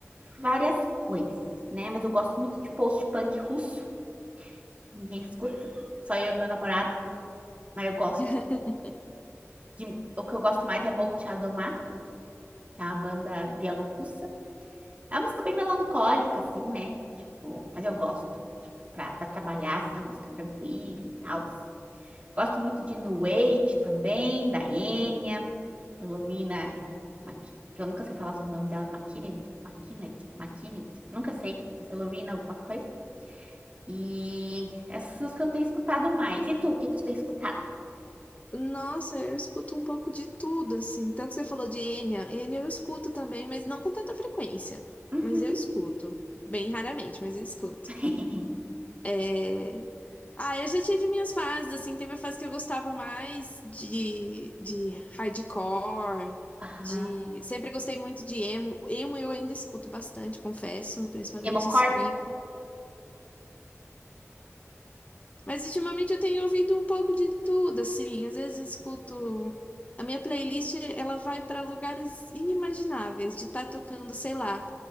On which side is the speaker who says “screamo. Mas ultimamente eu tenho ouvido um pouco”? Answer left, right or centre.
Left